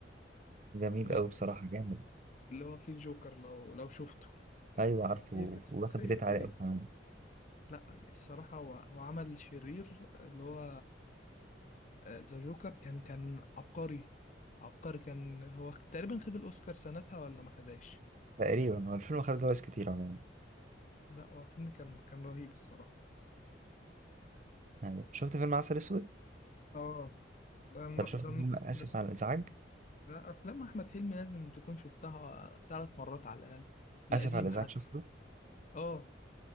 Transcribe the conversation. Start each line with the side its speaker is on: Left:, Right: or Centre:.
Right: جميل
Left: لا
Right: أوي بصراحة جامد
Left: اللي هو فيه الجوكر لو لو شفته
Right: ايوه عارفه
Left: هي كانت ثلاثية
Right: واخد ريت
Left: تقريبا
Right: عالي قوي كمان
Left: لا الصراحة هو هو عمل شرير اللي هو آه، ذا جوكر كان كان عبقري عبقري كان هو تقريبا خد الأوسكار سنتها ولا ما خداش
Right: تقريبا هو الفيلم خد جوائز كتير عموما
Left: لا هو فيلم كان كان رهيب الصراحة
Right: يعني شفت فيلم عسل اسود
Left: اه ده الم...
Right: طب شفت
Left: ده,
Right: فيلم
Left: الم...
Right: اسف
Left: ده
Right: على الازعاج
Left: لا، أفلام أحمد حلمي لازم تكون شفتها ثلاث مرات على الأقل القديمة
Right: اسف على الازعاج
Left: حتى
Right: شفته
Left: اه